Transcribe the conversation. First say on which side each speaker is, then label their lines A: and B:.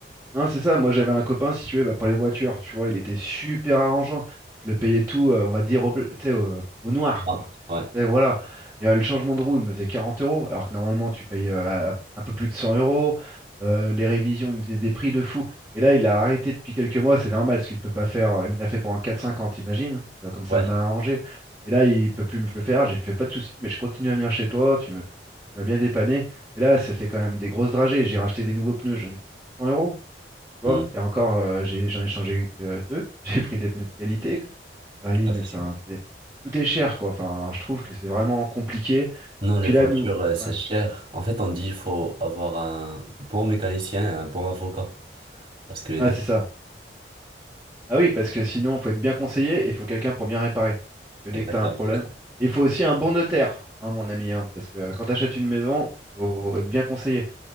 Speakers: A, on the right; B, on the right.
A: Non, c'est ça. Moi, j'avais un copain, si tu veux, bah, pour les voitures, tu vois, il était super arrangeant. Je le payais tout, euh, on va dire, au, bleu- tu sais, au, au noir,
B: Ça marche.
A: quoi.
B: Ouais.
A: Tu sais, voilà. Et euh, le changement de roue, il me faisait 40 euros, alors que normalement, tu payes euh, à- un peu plus de 100 euros. Euh, les révisions, il me faisait des prix de fou. Et là, il a arrêté depuis quelques mois, c'est normal, parce qu'il peut pas faire. euh, Il me l'a fait pendant 4,50, imagine. Euh, comme ça
B: Ouais.
A: m'a arrangé. Et là, il peut plus me le faire. J'ai fait pas de soucis, mais je continue à venir chez toi. Tu me- tu m'as bien dépanné. Et là, ça fait quand même des grosses dragées. J'ai racheté des nouveaux pneus, j'en ai eu pour 600 euros. Tu
B: Mhm.
A: vois, et encore, euh, j'ai, j'en ai changé que deux. <laughs> J'ai pris des pneus de qualité. Ah Oui,
B: Ouais,
A: mais
B: c'est
A: enfin,
B: ça.
A: c'est tout est cher, quoi. Enfin, je trouve que c'est vraiment compliqué.
B: Non,
A: Et
B: les
A: puis
B: voitures,
A: là, nous,
B: euh, c'est
A: ouais,
B: cher. En fait, on dit il faut avoir un bon mécanicien et un bon avocat. Parce que les
A: ouais,
B: deux,
A: c'est ça. Ah oui, parce que sinon, faut être bien conseillé et il faut quelqu'un pour bien réparer. Parce que dès
B: exactement,
A: que tu as un problème,
B: c'est ça.
A: il faut aussi un bon notaire, hein, mon ami, hein, parce que quand tu achètes une maison, faut être bien conseillé.